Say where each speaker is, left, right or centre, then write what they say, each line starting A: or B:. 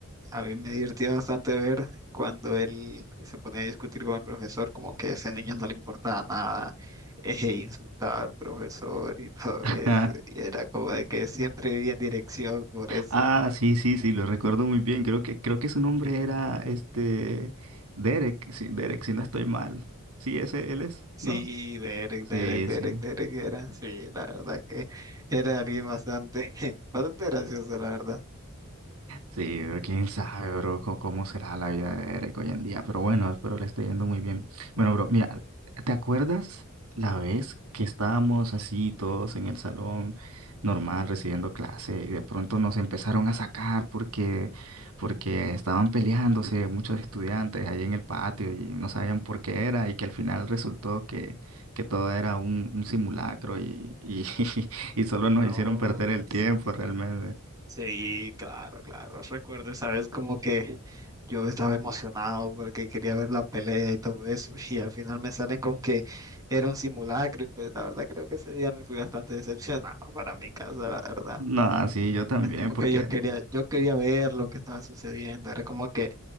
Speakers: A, on the right; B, on the right.
A: a mí me divertía bastante ver cuando él se ponía a discutir con el profesor, como que a ese niño no le importaba nada, <laughs> e insultaba al profesor y todo
B: Ah,
A: eso. Y era como de que siempre vivía en dirección por eso.
B: ah, sí, sí, sí, lo recuerdo muy bien. Creo que, creo que su nombre era este Derek, sí, Derek, si no estoy mal. Sí, ese él es,
A: Sí,
B: ¿no?
A: Derek,
B: Sí,
A: Derek, Derek,
B: sí.
A: Derek era. Sí, la verdad que era alguien bastante, <laughs> bastante gracioso, la verdad.
B: Sí, pero quién sabe, bro, co- cómo será la vida de Eric hoy en día. Pero bueno, espero le esté yendo muy bien. Bueno, bro, mira, ¿te acuerdas la vez que estábamos así todos en el salón normal recibiendo clase y de pronto nos empezaron a sacar porque, porque estaban peleándose muchos estudiantes ahí en el patio y no sabían por qué era y que al final resultó que, que todo era un, un simulacro y, y, <laughs> y solo nos
A: Oh,
B: hicieron perder el tiempo
A: sí.
B: realmente.
A: Sí, claro, claro. Recuerdo, sabes, como que yo estaba emocionado porque quería ver la pelea y todo eso, y al final me salen con que era un simulacro, y pues la verdad creo que ese día me fui bastante decepcionado para mi casa, la verdad.
B: No, sí, yo también,
A: Es como
B: porque
A: que yo quería, yo quería ver lo que estaba sucediendo, era como que,